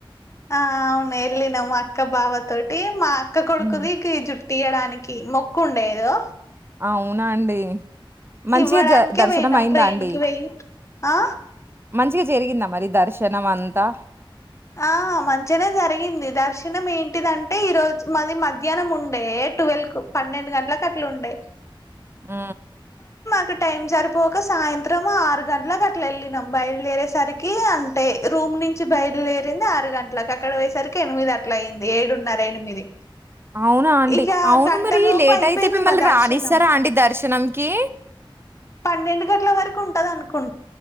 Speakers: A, on the left; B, on the right.
A: ఆ ఔన్ ఏళ్లినం అక్క బావ తొటి మా అక్క కొడుకుది
B: హ్మ్.
A: గి జుట్ తియడానికి మొక్కు ఉండే ఎదొ
B: ఔనా అండి మంచి
A: ఇవ్వడానికే
B: జ దర్శనం
A: పోయినాం
B: అయింద
A: ట్రైన్
B: అండి.
A: కి పోయి ఆ
B: మంచిగ జరిగింద మరి దర్శనం అంతా
A: ఆ మంచనే జరిగింది. దర్శనం ఏంటిదంటే ఈరోజ్ మది మధ్యానం ఉండే టువెల్క్ పన్నెండు గట్లక్ అట్ల ఉండె
B: ఉ
A: క్ టైం సరిపోక సాయంత్రం ఆరు గంట్లక అట్ల ఎళ్ళినం. బయలుదేరేసరికి అంటే రూమ్ మ్ నుంచి బయలుదేరింది. ఆరు గంట్లక్ అక్కడ పోయేసరికి ఎనిమిది అట్ల అయింది. ఏడున్నర ఎనిమిది
B: ఔన అండి
A: ఇక
B: ఔను
A: గంట
B: మరి
A: లోపు
B: లేట్
A: అయిపోయింది
B: అయితే మిమ్మల్ని
A: మా దర్శనం
B: రానిస్తరా అండి దర్శనంకి
A: పన్నెండు గంటల వరకు ఉంటది అనుకుం